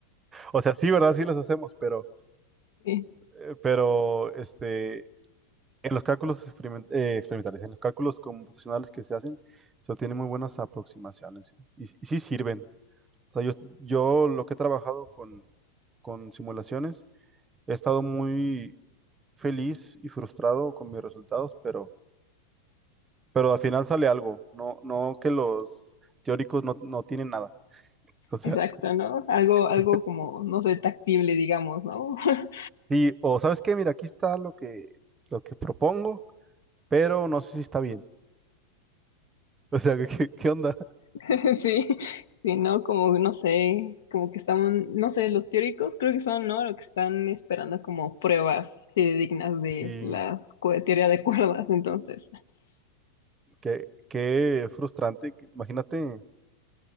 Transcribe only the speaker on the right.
O sea, sí, ¿verdad? Sí los hacemos, pero,
eh, pero, este, en los cálculos experiment- eh, experimentales, en los cálculos computacionales que se hacen, se obtienen muy buenas aproximaciones y, y sí sirven. O sea, yo, yo lo que he trabajado con, con simulaciones, he estado muy feliz y frustrado con mis resultados, pero, pero al final sale algo. No, no que los teóricos no, no tienen nada. O sea,
<laughs>
Sí, o ¿sabes qué? Mira, aquí está lo que, lo que propongo, pero no sé si está bien. O sea, <laughs> ¿qué, qué onda?
Sí,
qué, qué frustrante. que- Imagínate,